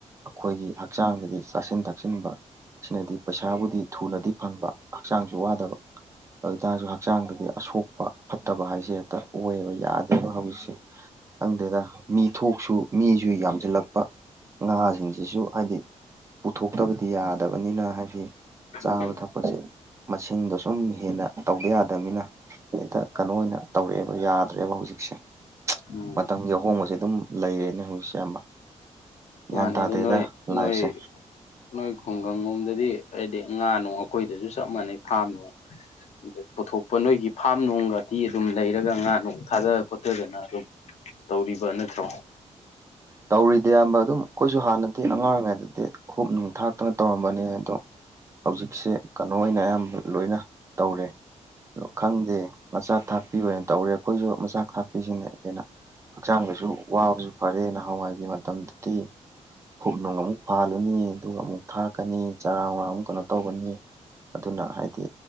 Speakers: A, on the right (about 25°); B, on the left (about 60°).
A: ꯑꯈꯣꯏꯒꯤ ꯍꯛꯆꯥꯡꯗꯗꯤ ꯆꯥꯁꯤꯟ ꯊꯛꯁꯤꯟꯕ ꯁꯤꯅꯗꯤ ꯄꯩꯁꯥꯕꯨꯗꯤ ꯊꯨꯅꯗꯤ ꯐꯪꯕ ꯍꯛꯆꯥꯡꯁꯨ ꯋꯥꯗꯕ ꯑꯗꯨ ꯇꯥꯔꯁꯨ ꯍꯛꯆꯥꯡꯗꯗꯤ ꯑꯁꯣꯛꯄ ꯐꯠꯇꯕ ꯍꯥꯏꯁꯦ ꯍꯦꯛꯇ ꯑꯣꯏꯕ ꯌꯥꯗꯦꯕ ꯍꯧꯖꯤꯛꯁꯦ ꯈꯪꯗꯦꯗ ꯃꯤ ꯊꯣꯛꯁꯨ ꯃꯤꯁꯨ ꯌꯥꯝꯖꯤꯜꯂꯛꯄ ꯉꯥꯁꯤꯡꯁꯤꯁꯨ ꯍꯥꯏꯗꯤ ꯄꯨꯊꯣꯛꯇꯕꯗꯤ ꯌꯥꯗꯕꯅꯤꯅ ꯍꯥꯏꯗꯤ ꯆꯥꯕ
B: ꯎꯝ
A: ꯊꯛꯄꯁꯦ ꯃꯁꯤꯡꯗꯣ ꯁꯨꯝ ꯍꯦꯟꯅ ꯇꯧꯗ ꯌꯥꯗꯕꯅꯤꯅ ꯍ‌ꯦꯛꯇ ꯀꯩꯅꯣ ꯑꯣꯏꯅ ꯇꯧꯔꯛꯑꯦꯕ ꯌꯥꯗ꯭ꯔꯦꯕ ꯍꯧꯖꯤꯛꯁꯦ
B: ꯎꯝ
A: ꯃꯇꯝꯒꯤ ꯑꯍꯣꯡꯕꯖꯦ ꯑꯗꯨꯝ ꯂꯩꯔꯦꯅꯦ ꯍꯧꯖꯤꯛꯁꯦ ꯑꯌꯥꯝꯕ ꯒ꯭ꯌꯥꯟ
B: ꯃꯥꯅꯦ
A: ꯇꯥꯗꯦꯗ
B: ꯑꯗꯨ ꯅꯣꯏ
A: ꯂꯥꯏꯐꯁꯦ
B: ꯅꯣꯏ ꯅꯣꯏ ꯈꯨꯡꯒꯪ ꯂꯣꯝꯗꯗꯤ ꯑꯩꯗꯤ ꯉꯥ ꯅꯨꯡ__ ꯑꯩꯈꯣꯏꯗꯖꯨ ꯆꯞ ꯃꯥꯟꯅꯩ ꯐꯥꯝ ꯅꯨꯡ ꯑꯗꯩ ꯄꯨꯊꯣꯛ__ ꯄ ꯅꯣꯏꯒꯤ ꯐꯥꯝ ꯅꯨꯡꯒꯇꯤ ꯑꯗꯨꯝ ꯂꯩꯔꯒ ꯉꯥ ꯅꯨꯡ ꯊꯥꯗ ꯈꯣꯠꯊꯗꯅ ꯑꯗꯨꯝ ꯇꯧꯔꯤꯕ ꯅꯠꯇ꯭ꯔꯣ
A: ꯇꯧꯔꯤꯗ ꯏꯌꯥꯝꯕ ꯑꯗꯨꯝ ꯑꯩꯈꯣꯏꯁꯨ ꯍꯥꯟꯅꯗꯤ ꯑꯉꯥꯡ ꯑꯣꯏꯔꯤꯉꯩꯗꯗꯤ ꯈꯣꯞ ꯅꯨꯡ ꯊꯥꯛꯇꯅ ꯇꯧꯔꯝꯕꯅꯤ ꯑꯗꯣ ꯍꯧꯖꯤꯛꯁꯦ ꯀꯥꯅꯣ ꯑꯣꯏꯅ ꯑꯌꯥꯝꯕ ꯂꯣꯏꯅ ꯇꯧꯔꯦ ꯑꯗꯣ ꯈꯪꯗꯦ ꯃꯆꯥꯛ ꯊꯥꯛꯄꯤ ꯑꯣꯏꯅ ꯇꯧꯔꯦ ꯑꯩꯈꯣꯏꯖꯨ ꯃꯆꯥꯛ ꯊꯥꯛꯄꯤꯁꯤꯅ ꯍꯦꯟꯅ ꯍꯛꯆꯥꯡꯗꯁꯨ ꯋꯥꯕꯁꯨ ꯐꯔꯦ ꯅꯍꯥꯋꯥꯏꯒꯤ ꯃꯇꯝꯗꯗꯤ ꯍꯨꯞ ꯅꯨꯡ ꯑꯃꯨꯛ ꯐꯥꯜꯂꯨꯅꯤ ꯑꯗꯨꯒ ꯑꯃꯨꯛ ꯊꯥꯛꯀꯅꯤ ꯆꯔꯥꯡ ꯅꯨꯔꯥꯡ ꯑꯃꯨꯛ ꯀꯅꯣ ꯇꯧꯒꯅꯤ ꯑꯗꯨꯅ ꯍꯥꯏꯗꯤ